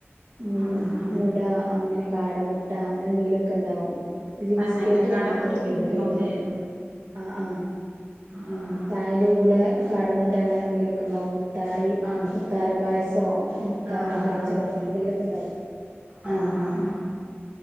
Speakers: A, on the right; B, on the right.
A: ഹ്മ്മ്,
B: ഉം ഉം
A: മുട അങ്ങനെ കാടമുട്ട അങ്ങനെ എന്തെങ്കിലുമൊക്കെ ഇണ്ടാവും. ഒരു
B: തന്നെല്ലേ
A: ബിസ്കറ്റ്
B: കടമുട്ടൊക്കെ
A: അങ്ങനത്തൊന്നും കൊടുക്കേല്ല.
B: ഉണ്ടാവുല്ലേ
A: ആഹ് ആഹാ,
B: ഉം
A: ചായന്റെ കൂടെ കാടമുട്ട അങ്ങനെന്തെങ്കിലൊക്കെണ്ടാവു മുത്താറി,
B: ആഹ്
A: മുത്താറി പായസോ മുത്താറി
B: ആഹ്
A: കാച്ചതോ
B: ആഹ്
A: അങ്ങനെ എന്തെങ്കിലൊക്കെ ഇണ്ടാവും
B: ആഹ് ആഹ്
A: ഹ്മ്മ്.